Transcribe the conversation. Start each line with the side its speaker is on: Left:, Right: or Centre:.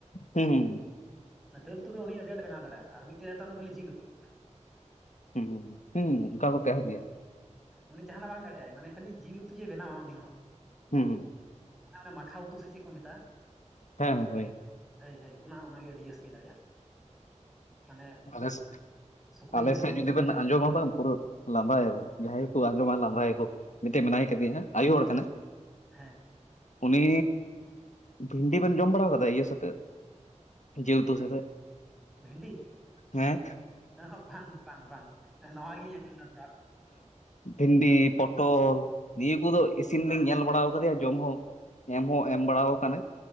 Left: ᱦᱮᱸ ᱦᱮᱸ
Centre: ᱚᱱᱟ ᱫᱟᱹᱞ ᱩᱛᱩ ᱫᱚ ᱩᱱᱤ ᱟᱹᱰᱤ ᱟᱴ ᱵᱮᱱᱟᱣ ᱫᱟᱲᱮᱭᱟᱜ-ᱟ, ᱟᱨ ᱢᱤᱫᱴᱮᱡ ᱫᱚ ᱠᱷᱟᱹᱞᱤ ᱡᱤᱞ ᱩᱛᱩ᱾
Left: ᱦᱩᱸ, ᱦᱩᱸ, ᱚᱱᱠᱟ ᱠᱚ ᱛᱟᱦᱮᱸ ᱜᱮᱭᱟ᱾
Centre: ᱩᱱᱤ ᱡᱟᱦᱟᱱᱟᱜ ᱵᱟᱝ ᱫᱟᱲᱮᱭᱟᱜᱼᱟᱭ, ᱢᱟᱱᱮ ᱠᱷᱟᱹᱞᱤ ᱡᱤᱞ ᱩᱛᱩ ᱡᱮᱭ ᱵᱮᱱᱟᱣᱟ ᱩᱱᱤ ᱦᱚᱸ᱾
Left: ᱦᱩᱸ, ᱦᱩᱸ ᱾
Centre: <unintelligible> ᱚᱱᱮ ᱢᱟᱠᱷᱟᱣ ᱩᱛᱩ ᱥᱮ ᱪᱮᱫ ᱠᱚ ᱢᱮᱛᱟᱜᱼᱟ?
Left: ᱦᱮᱸ, ᱦᱮᱸ, ᱦᱳᱭ᱾
Centre: ᱦᱟᱹᱭ, ᱦᱟᱹᱭ ᱚᱱᱟ ᱚᱱᱟᱜᱮ ᱟᱹᱰᱤ ᱡᱟᱹᱥᱛᱤ ᱫᱟᱲᱮᱭᱟᱜᱼᱟ᱾ ᱢᱟᱱᱮ
Left: ᱟᱞᱮᱥ
Centre: ᱥᱩᱠᱨᱤ
Left: ᱟᱞᱮᱥᱮᱫ
Centre: ᱡᱤᱞ ᱠᱚ
Left: ᱡᱩᱫᱤ ᱵᱮᱱ ᱟᱸᱡᱚᱢᱟᱵᱟ ᱯᱩᱨᱟᱹ ᱞᱟᱫᱟᱭᱟᱵᱮᱱ, ᱡᱟᱦᱟᱸᱭ ᱠᱚ ᱟᱸᱡᱚᱢᱟ ᱞᱟᱫᱟ ᱭᱟᱠᱚ᱾ ᱢᱤᱫᱴᱮᱱ ᱢᱮᱱᱟᱭ ᱠᱟᱫᱮᱭᱟ ᱦᱮ ᱟᱭᱳ ᱦᱚᱲ ᱠᱟᱱᱟᱭ
Centre: ᱦᱮᱸ
Left: ᱩᱱᱤ ᱵᱷᱤᱱᱰᱤ ᱵᱮᱱ ᱡᱚᱢ ᱵᱟᱲᱟ ᱠᱟᱫᱟ ᱤᱭᱟᱹ ᱥᱟᱛᱮᱜ ᱡᱮᱞ ᱩᱛᱩ ᱥᱟᱛᱮᱜ?
Centre: ᱵᱷᱮᱱᱰᱤ,
Left: ᱦᱮᱸ
Centre: ᱮ ᱵᱟᱝ ᱵᱟᱝ ᱵᱟᱝ ᱱᱟᱣᱟ ᱜᱮᱞᱤᱧ ᱟᱸᱡᱚᱢ ᱮᱫᱟ᱾
Left: ᱵᱷᱤᱱᱰᱤ
Centre: ᱦᱮᱸ
Left: ᱛᱚᱞ ᱱᱤᱭᱟᱹ ᱠᱚᱫᱚ ᱤᱥᱤᱱ ᱞᱤᱧ ᱧᱮᱞ ᱵᱟᱲᱟ ᱠᱟᱫᱮᱭᱟ, ᱡᱚᱢ ᱦᱚᱸ ᱮᱢ ᱦᱚᱸ ᱮᱢ ᱵᱟᱲᱟ ᱠᱟᱱᱟᱭ᱾